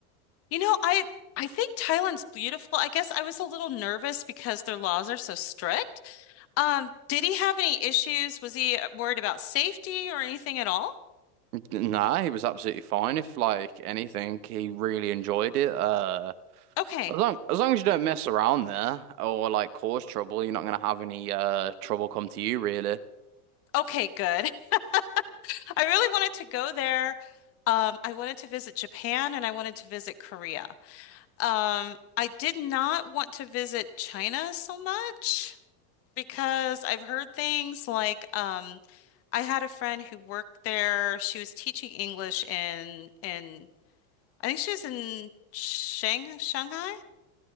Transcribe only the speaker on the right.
Nah, he was absolutely fine. If like anything, he really enjoyed it. Uh,
as long as long as you don't mess around there or like cause trouble, you're not gonna have any uh trouble come to you really.